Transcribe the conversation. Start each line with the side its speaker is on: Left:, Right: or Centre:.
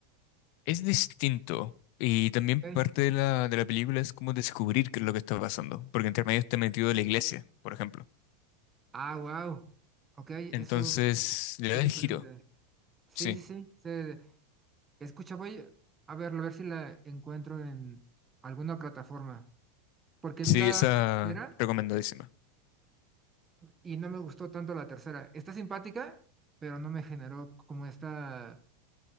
Left: Es distinto. Y también
Right: Ok.
Left: parte de la, de la película es como descubrir qué es lo que está pasando, porque entre medio está metido la iglesia, por ejemplo.
Right: Ah, wow. Ok, eso
Left: Entonces, le
Right: es
Left: da el
Right: diferente.
Left: giro.
Right: Sí,
Left: Sí,
Right: sí, sí. Se escucha, voy a verlo, a ver si la encuentro en alguna plataforma. Porque
Left: sí,
Right: vi la
Left: esa
Right: primera
Left: recomendadísima.
Right: y no me gustó tanto la tercera. Está simpática, pero no me generó como esta